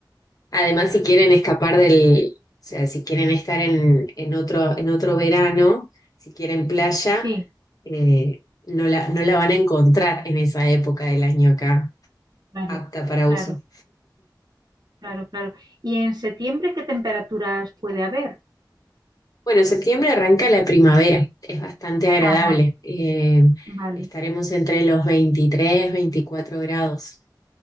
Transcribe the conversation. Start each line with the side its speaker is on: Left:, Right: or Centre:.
Left: Además, si quieren escapar del, o sea, si quieren estar en, en otro, en otro verano, si quieren playa,
Right: Sí.
Left: eh, no la, no la van a encontrar en esa época del año acá,
Right: Claro,
Left: apta para
Right: claro,
Left: uso.
Right: claro, claro. ¿Y en septiembre qué temperaturas puede haber?
Left: Bueno, septiembre arranca la primavera, es bastante agradable.
Right: Ajá,
Left: eh,
Right: vale.
Left: estaremos entre los veintitrés, veinticuatro grados.